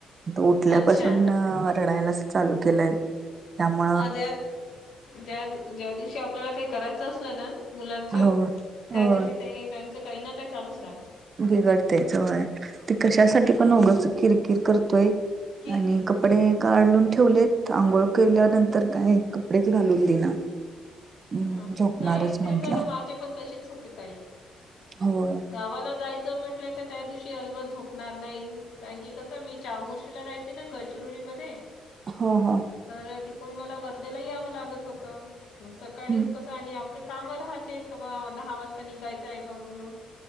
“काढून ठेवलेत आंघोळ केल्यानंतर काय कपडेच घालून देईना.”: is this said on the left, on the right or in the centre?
Right